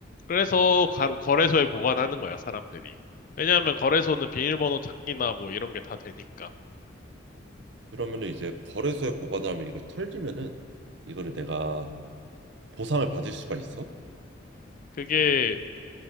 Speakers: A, on the left; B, on the right.
A: 그래서 가- 거래소에 보관하는 거야, 사람들이. 왜냐하면 거래소는 비밀번호 찾기나 뭐 이런 게 다 되니까.
B: 그러면은 이제 거래소에 보관하면 이걸 털리면은 이거를 내가 보상을 받을 수가 있어?
A: 그게